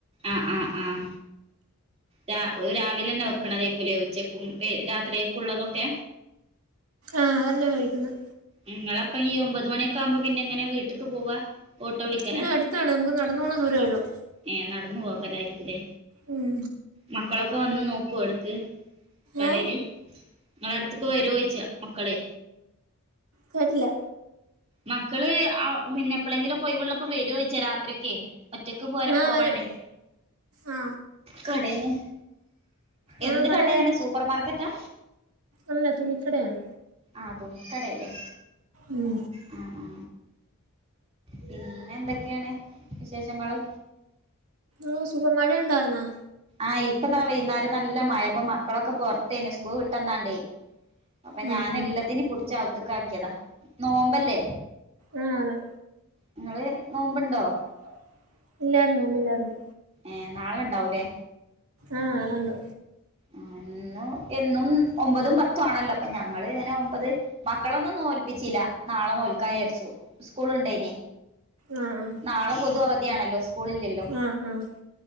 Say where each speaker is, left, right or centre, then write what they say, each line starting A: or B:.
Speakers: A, on the right; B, on the right.
A: ആഹ് ആഹ് ആഹ് രാ ഓല് രാവിലെ തന്നെ വെക്കണതേക്കല്ലേ ഉച്ചക്കും രാത്രിയൊക്ക ഉള്ളതൊക്കെ
B: ആഹ് അതെന്നെയാ കഴിക്കുന്നത്
A: നിങ്ങള അപ്പ ഈ ഒമ്പത് മണിയൊക്കെ ആകുമ്പോ പിന്നെ എങ്ങനെ വീട്ട്ക്ക് പോവാ ഓട്ടോ വിളിക്കലാ
B: ഇത് അടുത്താണ് നമുക്ക് നടന്നോണ ദൂരേള്ളൂ
A: ഏഹ് നടന്നു പോകലായിരിക്കുംല്ലേ
B: ഉം
A: മക്കളൊക്കെ വന്ന് നോക്കുവോ എടക്ക് കടയില്
B: ഏ
A: ങ്ങള അടുത്ത്ക്ക് വരോയ്ച്ച മക്കളെ
B: കേട്ടില്ല
A: മക്കള് പിന്നെ എപ്പളെങ്കിലുംഒക്കെ ഒയ്‌വ്ള്ളപ്പോ വരോയ്ച്ച രാത്രിയൊക്കെ ഒറ്റക്ക് പോരാ
B: ആ
A: പോവണ്ടേ
B: വരും ആ
A: കടേന്ന്
B: ആ
A: എന്ത്
B: കട
A: കടയാണ്
B: വരും
A: സൂപ്പർമാർക്കറ്റാ
B: അല്ല തുണിക്കടയാണ്
A: ആഹ് തൂണിക്കടയല്ലേ
B: ഉം
A: ഉം ഉം പിന്നെ എന്തൊക്കെയാണ് വിശേഷങ്ങള്
B: ആഹ് സുഖം. മഴ ഉണ്ടായിരുന്നോ
A: ആഹ് ഇപ്പതാ വൈന്നാരം നല്ല മഴ അപ്പ മക്കളൊക്കെ പോർത്തേന് സ്കൂൾ വിട്ടന്നണ്ടേ അപ്പൊ
B: ഉം,
A: ഞാൻ
B: ഉം.
A: എല്ലാത്തിനും പുടിച്ച്‌ അവുത്തിക്കാക്കിയതാ നോമ്പല്ലേ.
B: ആ അതെ
A: നിങ്ങള് നോമ്പണ്ടോ.
B: ണ്ടോ, ഇല്ല നോമ്പ് ഇല്ലായിരുന്നു
A: ഏഹ് നാളെ ഇണ്ടാവുല്ലേ
B: ആഹ് നാളെ ഇണ്ട്
A: ഉം ഇന്നും എന്നും ഒമ്പതും പത്തും ആണല്ലോ അപ്പൊ ഞങ്ങള് ഇങ്ങനെ ഒമ്പത് മക്കളൊന്നും നോല്പിച്ചില്ല നാളെ നോൽക്കാ വിചാരിച്ചു സ്കൂൾ ഇണ്ടായിന്
B: ആഹ് ആഹ്
A: നാളെ പൊതു അവധിയാണല്ലോ സ്കൂളില്ലല്ലോ
B: ആഹ് ആഹ്